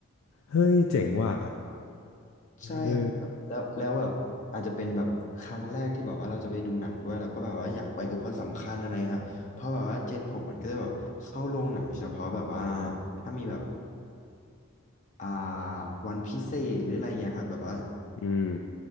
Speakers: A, on the left; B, on the left.
A: เฮ้ยเจ๋งว่ะ
B: ใช่ครับแล้วแล้วแบบอาจจะเป็นแบบครั้งแรกที่แบบว่าเราจะไปดูหนังด้วยแล้วก็แบบว่าอยากไปกับคนสำคัญอะไรครับเพราะแบบว่าเจนผมมันก็จะแบบเข้าโรงหนังเฉพาะแบบว่า
A: เออ
B: ถ้ามีแบบอ่าวันพิเศษหรืออะไรเงี้ยครับแบบว่า
A: อืม